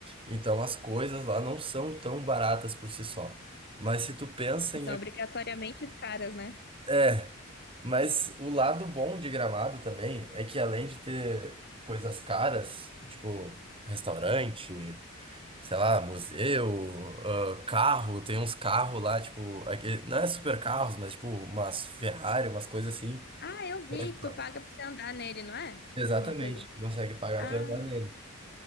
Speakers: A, on the right (about 25°); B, on the left (about 50°).
A: Então as coisas lá não são tão baratas por si só. Mas se tu pensa
B: E
A: em.
B: São obrigatoriamente caras, né?
A: É, mas o lado bom de Gramado também é que além de ter coisas caras, tipo restaurante, sei lá, museu, ah, carro, tem uns carros lá, tipo, aque- não é super carros, mas tipo umas Ferrari, umas coisas assim.
B: Ah, eu vi
A: Pode- pagar.
B: que tu paga pra você andar nele, não é?
A: Exatamente,
B: Alguma coisa assim.
A: consegue pagar
B: Ah,
A: pra andar nele.